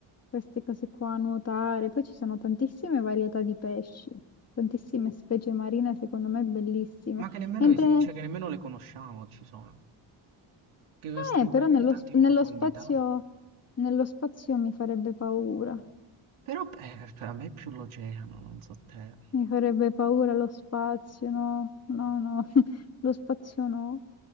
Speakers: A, on the left; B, on the right.
A: queste cose qua, nuotare. Poi ci sono tantissime varietà di pesci, tantissime specie marine, secondo me bellissime.
B: Ma che nemmeno,
A: Mentre,
B: es- cioè, che nemmeno le conosciamo, ci sono, che sono
A: eh, però
B: talmente
A: nello,
B: tanto
A: sp-
B: in
A: nello
B: profondità.
A: spazio, nello spazio mi farebbe paura.
B: Però eh, per me è più l'oceano, non so te.
A: Mi farebbe paura lo spazio, no, no, no, <laughs> lo spazio no.